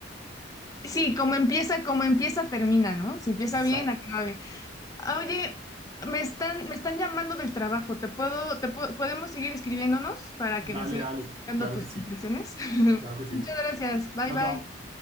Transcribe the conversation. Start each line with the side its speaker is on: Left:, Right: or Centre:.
Left: Sí, como empieza, como empieza, termina, ¿no? Si empieza
Right: Exacto.
Left: bien, acaba bien. Ah, Oye, me están, me están llamando del trabajo. ¿Te puedo, te puedo- podemos seguir escribiéndonos para
Right: Dale,
Left: que me sigas
Right: dale,
Left: dando
Right: claro
Left: tus
Right: que sí,
Left: impresiones? <laughs>
Right: claro que sí.
Left: Muchas gracias. Bye,
Right: Chao,
Left: bye.
Right: chao.